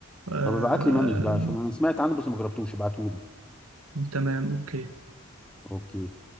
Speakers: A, on the right; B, in the centre.
A: آه
B: طب ابعت لي مانوس ده عشان انا سمعت عنه بس ما جربتوش ابعته لي
A: تمام أوكي
B: اوكي